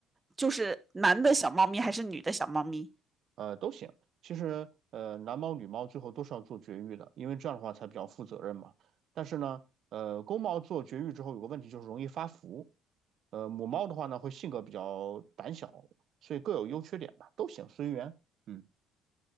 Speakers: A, on the right; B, on the right.
A: 就是男的小猫咪还是女的小猫咪？
B: 呃，都行。其实，呃，男猫女猫最后都是要做绝育的，因为这样的话才比较负责任嘛。但是呢，呃，公猫做绝育之后有个问题就是容易发福，呃，母猫的话呢，会性格比较胆小，所以各有优缺点吧，都行，随缘。嗯，